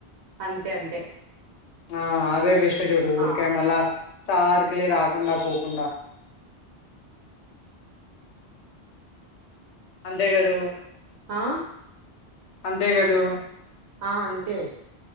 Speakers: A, on the right (about 80°); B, on the left (about 80°).
A: అంతే అంతే
B: ఆ అవే బెస్ట్ వచ్చా చూడు ఊరికే
A: ఆ
B: మలా సార్ కిలి రాకుండా పోకుండా అంతే కదూ
A: ఆ
B: అంతే కదు
A: ఆ అంతే